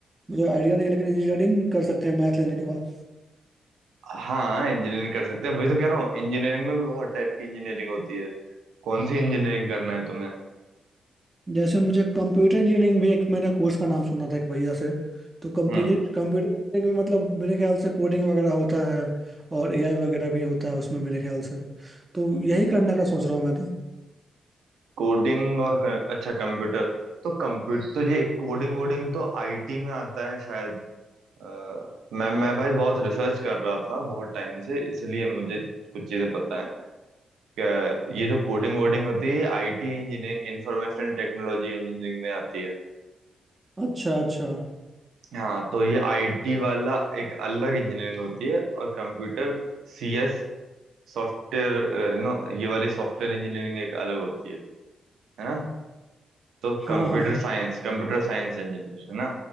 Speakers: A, on the right (about 25°); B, on the right (about 85°).
A: मुझे आइडिया नहीं है लेकिन इंजीनियरिंग कर सकते हैं मैथ लेने के बाद
B: हाँ इंजीनियरिंग कर सकते हैं वही तो कह रहा हूँ इंजीनियरिंग में भी बहुत टाइप की इंजीनियरिंग होती है कौन सी इंजीनियरिंग करना है तुम्हें
A: जैसे मुझे कंप्यूटर इंजीनियरिंग भी एक मैंने कोर्स का नाम सुना था एक भैया से तो कंप्यूटर
B: हम्म
A: कंप्यूटर इंजीनियरिंग में मतलब मेरे ख्याल से कोडिंग वगैरह होता है और एआई वगैरह भी होता है उसमें मेरे ख्याल से तो यही करने का सोच रहा हूँ मैं तो
B: कोडिंग और कर, अच्छा कंप्यूटर तो कंप्यूटर तो ये कोडिंग वोडिंग तो आईटी में आता है शायद अ, मैं मैं भाई बहुत रिसर्च कर रहा था बहुत टाइम से इसलिए मुझे कुछ चीजें पता है कि ये जो कोडिंग वोडिंग होती है IT engineering informational technology engineering में आती है
A: अच्छा अच्छा
B: हाँ तो ये आईटी वाला एक अलग इंजीनियरिंग होती है और कंप्यूटर सीएस सॉफ्टवेयर नो ये वाली सॉफ्टवेयर इंजीनियरिंग एक अलग होती है है ना तो
A: हाँ
B: computer
A: हाँ हाँ
B: science computer science engineer है ना